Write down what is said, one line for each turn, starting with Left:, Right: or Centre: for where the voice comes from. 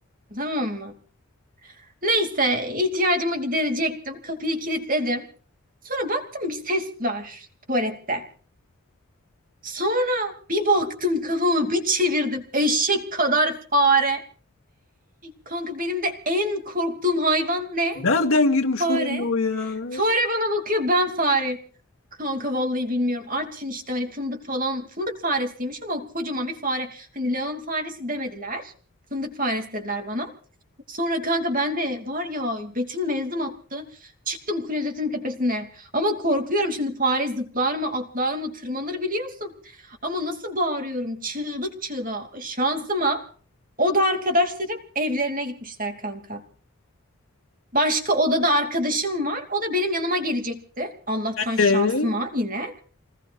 Right: Tamam mı? Neyse ihtiyacımı giderecektim. Kapıyı kilitledim. Sonra baktım bir ses var tuvalette. Sonra bir baktım kafamı bir çevirdim. Eşek kadar fare. Kanka benim de en korktuğum hayvan ne?
Left: Nereden girmiş
Right: Fare.
Left: oraya o ya?
Right: Fare bana bakıyor ben fare. Kanka vallahi bilmiyorum. Artvin işte hani fındık falan. Fındık faresiymiş ama kocaman bir fare. Hani lağım faresi demediler. Fındık faresi dediler bana. Sonra kanka ben de var ya Betim mezdim attı. Çıktım klozetin tepesine. Ama korkuyorum şimdi fare zıplar mı atlar mı tırmanır biliyorsun. Ama nasıl bağırıyorum çığlık çığlığa. Şansıma o da arkadaşlarım evlerine gitmişler kanka. Başka odada arkadaşım var. O da benim yanıma gelecekti. Allah'tan şansıma
Left: Ee,
Right: yine.